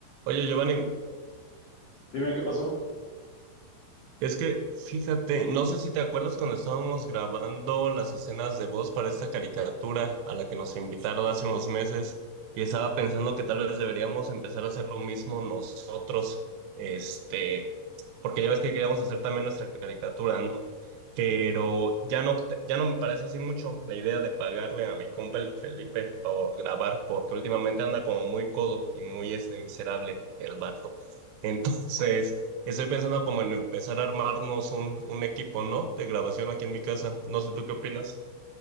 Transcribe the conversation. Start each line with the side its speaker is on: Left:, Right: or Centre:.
Right: Oye, Giovanni,
Left: Dime qué pasó.
Right: es que fíjate, no sé si te acuerdas cuando estábamos grabando las escenas de voz para esta caricatura a la que nos invitaron hace unos meses y estaba pensando que tal vez deberíamos empezar a hacer lo mismo nosotros, este, porque ya ves que queríamos hacer también nuestra caricatura, ¿no? Pero ya no, te- ya no me parece así mucho la idea de pagarle a mi compa el Felipe por grabar, porque últimamente anda como muy codo y muy este miserable el vato. Entonces, Estoy pensando como en empezar a armarnos un, un equipo, ¿no? De grabación aquí en mi casa. No sé tú qué opinas.